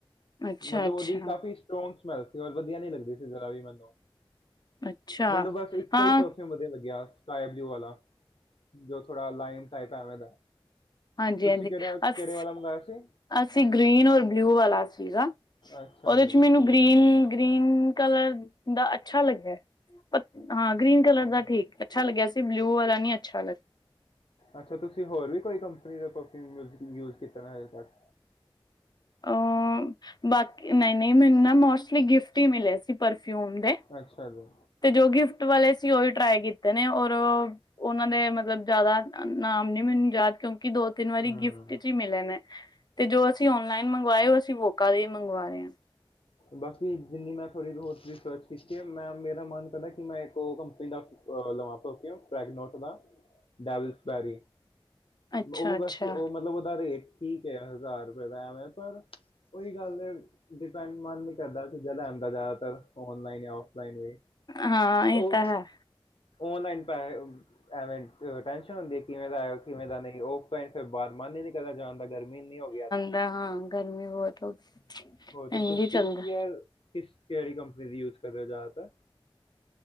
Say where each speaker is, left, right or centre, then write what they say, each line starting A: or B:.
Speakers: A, on the left (about 50°); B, on the left (about 75°).
A: ਅੱਛਾ
B: ਮਤਲਬ
A: ਅੱਛਾ
B: ਓਦੀ ਕਾਫ਼ੀ ਸਟਰੋਂਗ ਸਮੈਲ ਸੀ। ਔਰ ਵਧੀਆ ਨੀ ਲੱਗਦੀ ਸੀ। ਜ਼ਰਾ ਵੀ ਮੈਨੂੰ
A: ਅੱਛਾ
B: ਮੈਨੂੰ ਬਸ ਇੱਕੋ
A: ਹਾਂ
B: ਈ ਪਰਫਿਊਮ ਵਧੀਆ ਲੱਗਿਆ। ਸਕਾਈ ਬਲੂ ਵਾਲਾ ਜੋ ਥੋੜਾ ਲਾਈਮ ਟਾਈਪ ਹੈਵੇ ਦਾ,
A: ਹਾਂਜੀ
B: ਤੁਸੀਂ
A: ਹਾਂਜੀ
B: ਕੇੜਾ
A: ਅਸ
B: ਕੇੜੇ ਵਾਲਾ ਮੰਗਾਇਆ ਸੀ?
A: ਅਸੀਂ ਗ੍ਰੀਨ ਔਰ ਬਲਿਊ ਵਾਲਾ ਸੀਗਾ।
B: ਅੱਛਾ
A: ਉਦੇ
B: ਜੀ
A: ਚ ਮੈਨੂੰ ਗ੍ਰੀਨ-ਗ੍ਰੀਨ, ਕਲਰ ਦਾ ਅੱਛਾ ਲੱਗੇਆ ਪਤ ਹਾਂ, ਗ੍ਰੀਨ ਕਲਰ ਦਾ ਠੀਕ, ਅੱਛਾ ਲੱਗਿਆ ਸੀ। ਬਲਿਊ ਵਾਲਾ ਨੀ ਅੱਛਾ ਲੱਗ
B: ਅੱਛਾ, ਤੁਸੀਂ ਹੋਰ ਵੀ ਕੋਈ ਕੰਪਨੀ ਦੇ ਪਰਫੁਯੂਮ ਯੂਜ-ਯੂਸ ਕੀਤੇ ਨਾ ਹਜੇ ਤਕ?
A: ਅ, ਬਾਕੀ ਨਈ-ਨਈ ਮੈਨੂੰ ਨਾ, ਮੋਸਟਲੀ ਗਿਫਟ ਹੀ ਮਿਲੇ ਸੀ, ਪਰਫਿਊਮ ਦੇ।
B: ਅੱਛਾ ਜੀ।
A: ਤੇ ਜੋ ਗਿਫਟ ਵਾਲੇ ਸੀ ਓ। ਟਰਾਈ ਕੀਤੇ ਨੇ ਔਰ ਓਨਾਂ ਦੇ ਮਤਲਬ ਜਿਆਦਾ ਨਾਮ ਨੀ ਮੈਨੂੰ ਯਾਦ ਕਿਉਂਕਿ ਦੋ ਤਿੰਨ ਵਾਰੀ
B: ਹੂੰ
A: ਗਿਫਟ ਇੱਚ ਈ ਮਿਲੇ ਨੇ ਤੇ ਜੋ ਅਸੀ ਓਨਲਾਈਨ ਮੰਗਵਾਏ ਓ ਅਸੀਂ ਵੋਕਾ ਦੇ ਈ ਮੰਗਵਾ ਰੇ ਆਂ।
B: ਬਾਕੀ ਜਿੰਨੀ ਮੈਂ ਥੋੜੀ ਹੋਰ ਰਿਸਰਚ ਕੀਤੀ ਐ ਮੈਂ ਮੇਰਾ ਮਨ ਕਰਦੈ ਕਿ ਮੈਂ ਏੱਕ ਓ ਕੰਪਨੀ ਦਾ ਅ ਲਵਾਂ <unintelligible> ਨੋਟ ਦਾ ਡੈਵਿਸ ਬੈਰੀ
A: ਹਾਂ ਅੱਛਾ
B: ਓ
A: ਅੱਛਾ
B: ਵੈਸੇ ਓ ਮਤਲਬ ਓਦਾ ਰੇਟ ਠੀਕ ਐ, ਹਜਾਰ ਫੇਰ ਐਵੇਂ ਕਰ ਓਈ ਗੱਲ ਐ ਡਿਪੈਂਡ ਮਨ ਨੀ ਕਰਦਾ ਚੀਜਾਂ ਲੈਣ ਦਾ ਜ਼ਿਆਦਾਤਰ ਔਨਲਾਈਨ, ਔਫਲਾਈਨ ਵੀ।
A: ਹਾਂ ਇਹ
B: ਓ
A: ਤਾਂ ਹੈ
B: ਔਨਲਾਈਨ ਪੈਹੇ ਐਵੇਂ ਅ ਟੈਂਸ਼ਨ ਹੁੰਦੀ ਏ ਕਿਵੇਂ ਦਾ ਐ ਓ, ਕਿਵੇਂ ਦਾ ਨਹੀਂ। ਓ <unintelligible> ਫੇਰ ਬਾਦ ਮਨ ਹੀ ਨੀ ਕਰਦਾ ਜਾਨ ਦਾ ਗਰਮ ਮੀਂ ਨੀਂ ਹੋ ਗਿਆ
A: ਦਾ ਹਾਂ ਗਰਮੀ ਬੋਤ ਹੋ ਗਈ
B: ਹੋਰ ਤੁਸੀ ਸਕਿਨ
A: ਇੰਝ ਚੱਲਦਾ
B: ਕੇਅਰ ਕਿਸ ਕੇੜੀ ਕੰਪਨੀ ਦੀ ਯੂਜ ਕਰ ਰਏ ਓ ਜਿਆਦਾਤਰ?